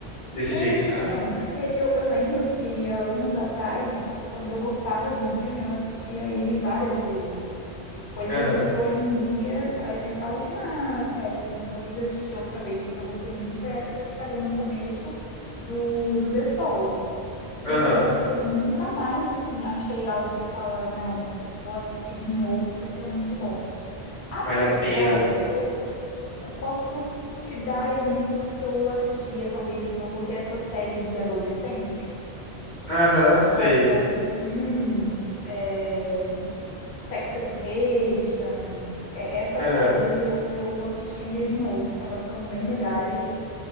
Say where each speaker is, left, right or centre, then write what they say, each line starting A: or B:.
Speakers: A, on the left; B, on the left.
A: desse
B: É,
A: jeito, sabe?
B: então, porque eu, eu lembro que há anos atrás, quando eu gostava de um filme, eu assistia ele várias vezes. Coisa
A: Aham.
B: que hoje em dia, a, é, a última série assim que eu quis assistir outra vez, porque eu gostei muito, foi essa que eu te falei no começo do, do The Fall. Do
A: Aham.
B: resto, eu nunca mais assim achei algo que fala, não, vou assistir de novo porque é muito bom. Apesar
A: Vale a pena, né?
B: que eu Posso te dar exemplos que eu assistiria talvez de novo, que é essas séries de adolescente,
A: Aham,
B: tipo
A: sei.
B: essas Skins, é, Sex Education, é, essas
A: Aham.
B: séries eu, eu assistiria de novo, porque elas são bem legais